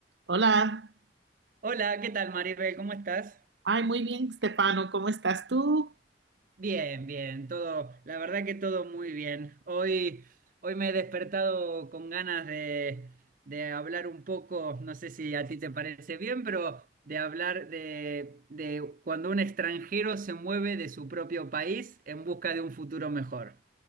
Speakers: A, on the right; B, on the right.
A: Hola,
B: Hola, ¿qué tal, Maribel? ¿Cómo estás?
A: ay, muy bien, Stefano, ¿cómo estás tú?
B: Bien, bien, todo, la verdad que todo muy bien. Hoy, hoy me he despertado con ganas de, de hablar un poco, no sé si a ti te parece bien, pero de hablar de, de cuando un extranjero se mueve de su propio país en busca de un futuro mejor.